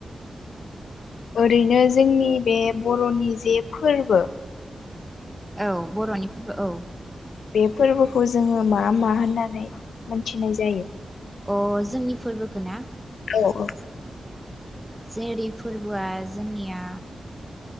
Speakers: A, on the left (about 90°); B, in the centre.
A: ओरैनो जोंनि बे बर'नि जे फोरबो
B: औ बर'नि फोरबो औ
A: बे फोरबोखौ जोङो मा मा होननानै मोनथिनाय जायो?
B: अ जोंनि फोरबोखो ना?
A: औ औ
B: जेरै-फोरबोआ जोंनिया